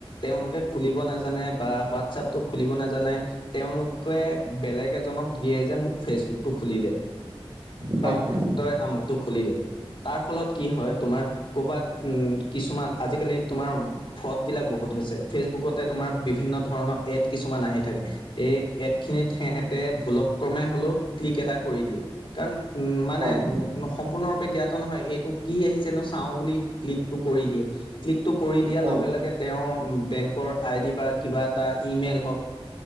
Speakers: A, on the left (about 55°); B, on the right (about 60°).
A: তেওঁলোকে খুলিব নাজানে বা হোৱাটছপটো খুলিব নেজানে। তেওঁলোকে বেলেগ এজনক দিয়ে যে মোক ফেচবুকটো খুলি দে।
B: হয় হয়
A: বা মোক
B: হয়
A: তই আমুকটো খুলি দে, তাৰফলত কি হয় তোমাৰ কৰ'বাত উম, কিছুমান আজিকালি তোমাৰ ফ্ৰডবিলাক বহুত হৈছে, ফেচবুকতে তোমাৰ বিভিন্ন ধৰণৰ এড কিছুমান আহি থাকে এই এডখিনিত সেহেতে ভুলক্ৰমে হ'লেও ক্লিক এটা কৰি দিয়ে। কাৰণ উম, মানে
B: হয়
A: উ সম্পূৰ্ণৰূপে জ্ঞাত নহয়, এইটো কি আহিছেনো চাওঁ বুলি ক্লিকটো কৰি দিয়ে। ক্লিকটো কৰি দিয়াৰ
B: হয়
A: লগে লগে তেওঁৰ বেংকৰ আইডি বা কিবা এটা ইমেইল হওঁক